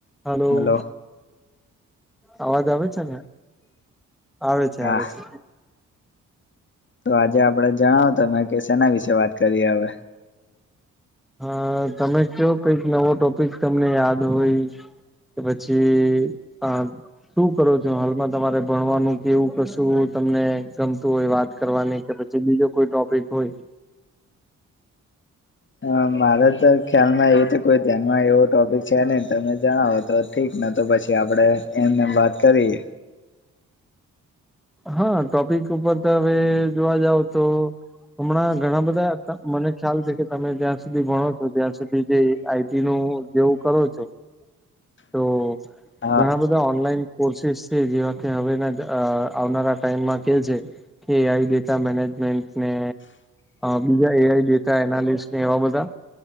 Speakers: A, in the centre; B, on the left (about 35°).
A: હાલો
B: હલો
A: અવાજ આવે છે ને આવે છે
B: હા
A: આવે છે
B: તો આજે આપડે જણાવો તમે કે સેના વિશે વાત કરીએ આવે
A: હા તમે કો કઈક નવો ટોપિક તમને યાદ હોય તો પછી આ શું કરો છો હાલમાં તમારે ભણવાનું કેવું કશું તમને ગમતું હોય વાત કરવાની કદાચ જે બીજો કોઈ ટોપિક હોય
B: હા મારે તો ખ્યાલમાં એ તો કોઈ ધ્યાનમાં એવો ટોપિક છે નઈ તમે જણાવો. તો ઠીક ને તો પછી આપણેે એમને વાત કરીએ.
A: હા ટોપિક ઉપર તો હવે જોવા જાવ તો હમણાં ઘણા બધા મને ખ્યાલ છે કે તમે જ્યાં સુધી ભણો છો ત્યાં સુધી જે આઈ એનુ જેવું કરો છો તો
B: હા
A: ઘણા બધા ઓનલાઈન કોર્સસ છે જેવા કે હ આવનારા ટાઈમમાં કે છે કે એ આઈ ડેટા મેનેજમેન્ટને બીજા એ આઈ ડેટા એનાલિસ્ટ ને એવા બધા